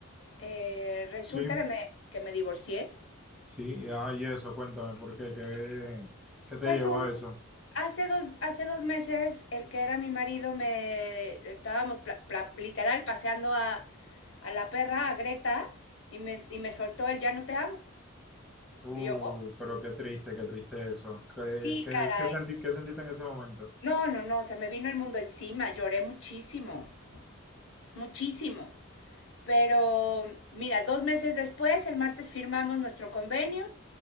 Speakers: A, on the left; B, in the centre.
A: Eh, resulta
B: Sí,
A: que me, que me divorcié.
B: sí, ah, y eso, cuéntame, ¿por qué? ¿Qué, qué te
A: Pues
B: llevó
A: un,
B: a eso?
A: hace dos, hace dos meses el que era mi marido me estábamos pla- pla- literal paseando a, a la perra, a Greta, y me, y me soltó el ya no te amo.
B: Uh,
A: Y yo, oh,
B: pero qué triste, qué triste eso. ¿Qué,
A: sí,
B: qué,
A: caray.
B: qué senti- qué sentiste en ese momento?
A: No, no, no, se me vino el mundo encima, lloré muchísimo, muchísimo. Pero mira, dos meses después, el martes firmamos nuestro convenio.